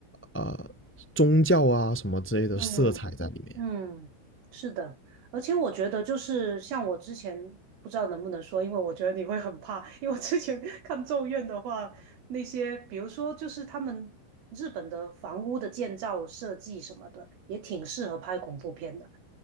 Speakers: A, on the left; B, on the right.
A: 呃宗教啊什么之类的色彩在里面。
B: 嗯嗯，是的。而且我觉得就是像我之前不知道能不能说，因为我觉得你会很怕，因为我之前 <laughs> 看《咒怨》的话，那些，比如说就是他们日本的房屋的建造设计什么的，也挺适合拍恐怖片的，